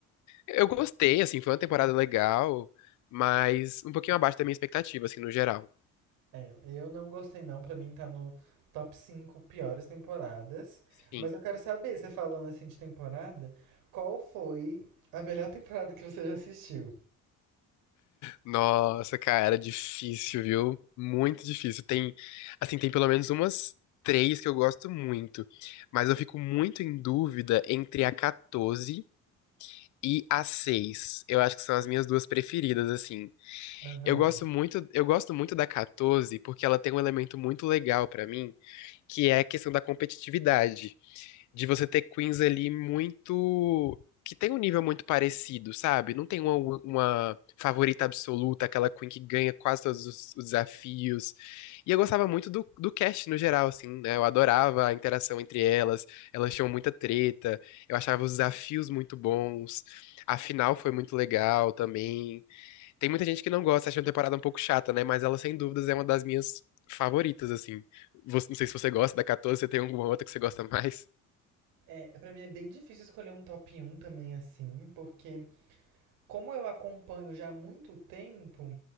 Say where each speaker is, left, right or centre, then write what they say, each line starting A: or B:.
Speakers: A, on the left; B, on the right.
A: eu gostei, assim. Foi uma temporada legal, mas um pouquinho abaixo da minha expectativa, assim, no geral.
B: É, eu não gostei não, pra mim tá no top 5 piores temporadas.
A: Sim.
B: Mas eu quero saber, você falando assim de temporada, qual foi a melhor <laughs> temporada que você já assistiu?
A: Nossa, cara, difícil, viu? Muito difícil. Tem, assim, tem pelo menos umas três que eu gosto muito, mas eu fico muito em dúvida entre a 14 e a 6. Eu acho que são as minhas duas preferidas, assim.
B: Aham.
A: Eu gosto muito, eu gosto muito da 14 porque ela tem um elemento muito legal pra mim, que é a questão da competitividade de você ter queens ali muito. que tem um nível muito parecido, sabe? Não tem uma, uma favorita absoluta, aquela queen que ganha quase todos os, os desafios. E eu gostava muito do, do cast no geral, assim, né? Eu adorava a interação entre elas, elas tinham muita treta, eu achava os desafios muito bons, a final foi muito legal também. Tem muita gente que não gosta, acha a temporada um pouco chata, né? Mas ela, sem dúvidas, é uma das minhas favoritas, assim. Você- não sei se você gosta da 14, você tem alguma outra que você gosta mais?
B: É, pra mim é bem difícil escolher um top um também assim, porque Como eu acompanho já há muito tempo,